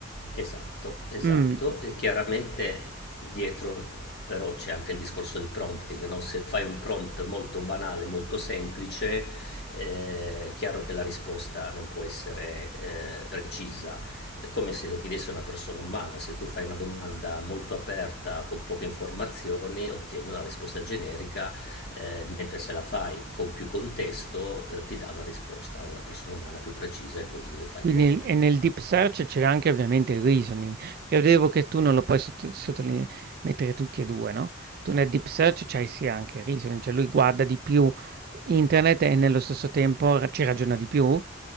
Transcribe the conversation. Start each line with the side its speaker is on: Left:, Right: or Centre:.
Left: Esatto, esatto.
Right: Mm,
Left: E chiaramente dietro però c'è anche il discorso del prompting, no? Se fai un prompt molto banale, molto semplice, eh, è chiaro che la risposta non può essere eh, precisa. È come se lo chiedesse una persona umana. Se tu fai una domanda molto aperta, con poche informazioni, ottieni una risposta generica, eh, mentre se la fai con più contesto, eh, ti dà una risposta a una persona umana più precisa e così fa
Right: Quindi
Left: il bot.
Right: e nel deep search c'è anche ovviamente il reasoning, perché vedevo che tu non lo puoi sotto- sottoline- mettere tutti e due, no? Tu nel deep search c'hai sì anche il reasoning, cioè lui guarda di più internet e nello stesso tempo ra- ci ragiona di più.